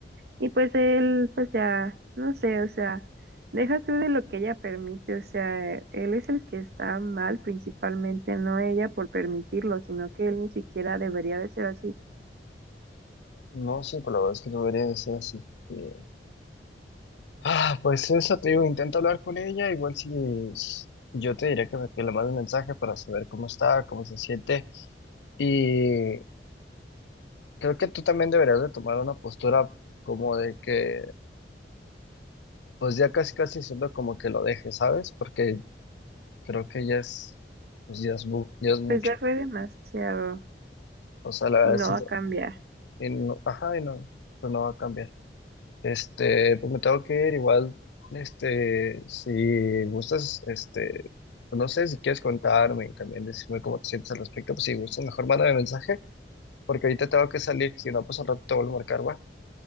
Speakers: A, on the right (about 60°); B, on the left (about 80°).
A: Y pues él, pues ya, no sé, o sea, deja tú de lo que ella permite, o sea, él es el que está mal principalmente, no ella por permitirlo, sino que él ni siquiera debería de ser así.
B: No, sí, pero la verdad es que no debería de ser así. Eh, ah, pues eso te digo, intenta hablar con ella. Igual si es- yo te diré que, me- que le mande un mensaje para saber cómo está, cómo se siente. Y creo que tú también deberías de tomar una postura como de que, pues ya casi casi siendo como que lo dejes, ¿sabes? Porque creo que ya es, pues ya es, mu- ya es mucho.
A: Pues ya fue demasiado
B: O sea, la verdad
A: y no
B: sí,
A: va a cambiar.
B: Y no, ajá, y no, esto no va a cambiar. Este, pues me tengo que ir igual, este, si gustas, este, pues no sé si quieres contarme y también decirme cómo te sientes al respecto, pues si gustas, mejor mándame mensaje, porque ahorita tengo que salir, si no, pues al rato te vuelvo a marcar, va.